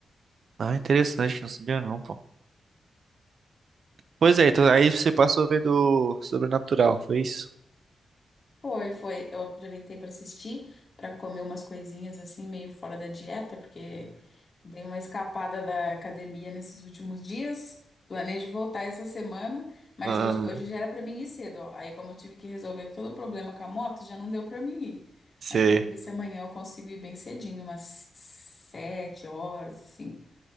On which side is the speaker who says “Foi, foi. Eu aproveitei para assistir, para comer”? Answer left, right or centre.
Left